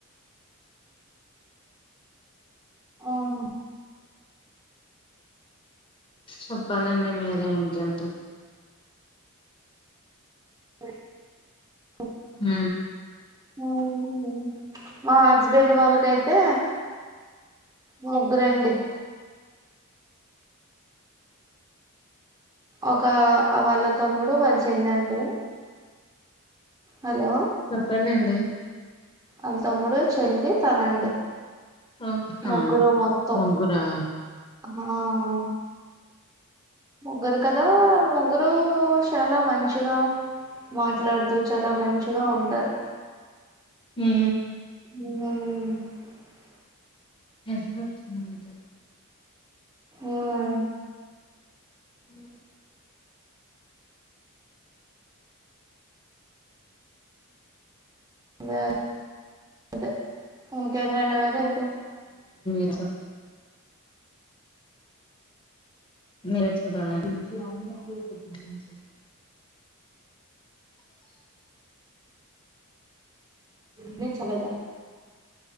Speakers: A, on the right; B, on the left.
A: అవును
B: చెప్పాలండి మీరే ఇంకెంటీ
A: <inaudible>
B: హు
A: అవునా మా హస్బెండ్ వాళ్ళకైతే ముగ్గురండి ఒక వాళ్ళ తమ్ముడు వాళ్ళు చెల్లండి హలో
B: చెప్పండండి
A: వాళ్ళ తమ్ముడు చెల్లె తనండి
B: ఆ
A: ముగ్గురు
B: ఆ
A: మొత్తం
B: ముగ్గురా
A: మా ఆ హ ముగ్గురు కదా ముగ్గురు చాలా మంచిగా మాట్లాడుతూ చాలా మంచిగా ఉంటారు
B: హు
A: హు
B: <inaudible>
A: ఓ హ
B: <inaudible>
A: <inaudible> వే అదే అ ఒకే అంట అండ మరి అయితే
B: ఏ సాప్ <unintelligible> బీచ్ కు రమ్మంటే
A: మీ చాలదా